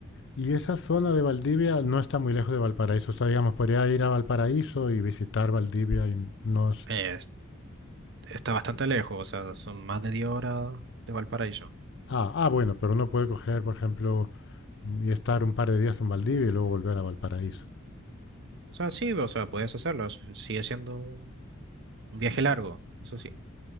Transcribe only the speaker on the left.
Y esa zona de Valdivia no está muy lejos de Valparaíso. O sea, digamos, podría ir a Valparaíso y visitar Valdivia y no es...
Ah, ah, bueno, pero uno puede coger, por ejemplo, y estar un par de días en Valdivia y luego volver a Valparaíso.